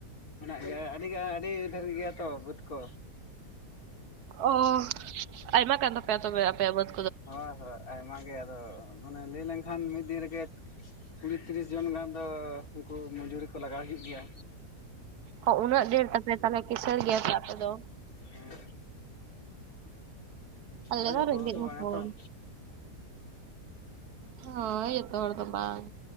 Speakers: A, on the left (about 60°); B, on the right (about 70°).
A: ᱢᱮᱱᱟᱜ ᱜᱮᱭᱟ ᱟᱹᱰᱤᱜᱟᱱ ᱟᱹᱰᱤ ᱰᱷᱮᱨ ᱜᱮᱭᱟ ᱛᱚ ᱵᱩᱫ ᱠᱚ᱾
B: ᱚ ᱟᱭᱢᱟ ᱠᱟᱱ ᱛᱟᱯᱮᱭᱟ ᱛᱚᱵᱮ ᱟᱯᱮᱭᱟ ᱵᱟᱹᱛ
A: ᱦᱳᱭ ᱦᱳᱭ ᱟᱭᱢᱟ ᱜᱮ ᱟᱫᱚ ᱢᱟᱱᱮ ᱞᱟᱹᱭ ᱞᱮᱱᱠᱷᱟᱱ ᱢᱤᱫ ᱫᱤᱱ ᱨᱮᱜᱮ ᱠᱩᱲᱤ ᱛᱤᱨᱤᱥ ᱡᱚᱱ ᱜᱟᱱ ᱫᱚ ᱩᱱᱠᱩ ᱢᱚᱡᱩᱨᱤ ᱠᱚ ᱞᱟᱜᱟᱣ ᱦᱩᱭᱩᱜ ᱜᱮᱭᱟ᱾
B: ᱦᱚ-ᱳ ᱩᱱᱟᱹᱜ ᱰᱷᱮᱨ ᱛᱟᱯᱮ ᱛᱟᱦᱞᱮ ᱠᱤᱥᱟᱹᱲ ᱜᱮᱭᱟ ᱯᱮ ᱟᱯᱮ ᱫᱚ᱾
A: ᱦᱮᱸ
B: ᱟᱞᱮ
A: ᱟᱨ
B: ᱫᱚ
A: ᱡᱚᱛᱚ
B: ᱨᱮᱜᱮᱡ
A: ᱦᱚᱲ
B: ᱦᱚᱯᱳᱱ᱾
A: ᱵᱟᱝᱟ ᱛᱚ
B: ᱦᱚᱭ ᱡᱚᱛᱚ ᱦᱚᱲ ᱫᱚ ᱵᱟᱝ᱾